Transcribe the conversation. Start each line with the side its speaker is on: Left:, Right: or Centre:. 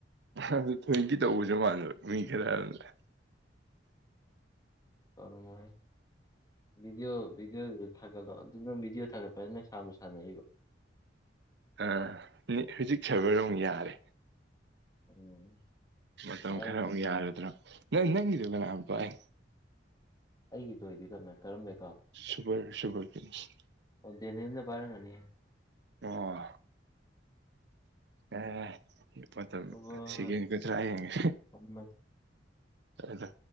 Right: ꯑꯗꯨ ꯊꯣꯏꯗꯤ ꯇꯧꯕꯁ ꯃꯥꯟꯕ ꯃꯤ ꯈꯔ ꯑꯗꯨꯅ
Left: <unintelligible> ꯀꯃ ꯗꯤꯑꯣ ꯤꯗꯤꯑꯣ ꯊꯦ ꯂꯣ ꯑꯗꯨ ꯅꯪ ꯚꯗꯤꯑꯣ ꯊꯥꯒꯠꯄ ꯅ ꯁꯅ ꯁꯥꯟꯅꯔꯤꯕ
Right: ꯑ ꯍꯧꯖꯤꯛ ꯁꯕꯔꯣꯛ ꯌꯥꯔꯦ
Left: ꯎꯝ
Right: ꯃꯇꯝ
Left: ꯑꯩ
Right: ꯈꯔ ꯑꯃꯨꯛ ꯌꯥꯔꯗ꯭ꯔꯣ ꯅꯪ ꯅꯪꯒꯤꯗꯤ ꯀꯅꯥꯝꯇꯏ
Left: ꯑꯩꯒꯤꯗꯣ ꯏꯗꯤ ꯀꯝꯃꯦ ꯀꯔꯝꯃꯦ
Right: ꯁꯨꯄꯔ ꯁꯨꯄꯔ ꯀ ꯀꯤꯡꯗꯝꯁ
Left: ꯑꯣ ꯗꯦꯅꯦꯅ ꯄꯥꯏꯔꯒꯅꯤ
Right: ꯑꯣ ꯑ ꯃꯇꯝ
Left: ꯍꯣꯏ ꯍꯣꯏ
Right: ꯁꯦꯀꯦꯟ
Left: ꯍꯣꯏ
Right: ꯀꯨꯟꯊ꯭ꯔꯥ
Left: ꯎꯝ
Right: ꯍꯦꯟꯉꯦ
Left: ꯊꯝꯃꯦ
Right: ꯑꯗꯣ